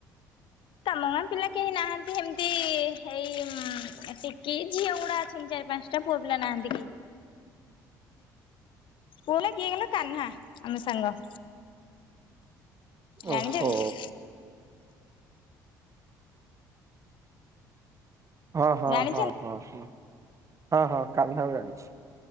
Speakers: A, on the left; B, on the right.
A: ତମ ଗାଁ ପିଲା କେହି ନାହାନ୍ତି ହେମିତି ଏଇ ଟିକି ଝିଅ ଗୁଡା ଅଛନ୍ତି ଚାରି ପାଞ୍ଚଟା ପୁଅ ପିଲା ନାହାନ୍ତି କିଏ। ପୁଅ କିଏକିନା କାହ୍ନା ଆମ ସାଙ୍ଗ। ଜାଣିଛନ୍ତି
B: ଓହୋ। ହଁ ହଁ
A: ଜାଣିଛନ୍ତି
B: ହଁ ହଁ ହଁ ହଁ ହଁ କାନ୍ହା କୁ ଜଣିଚି।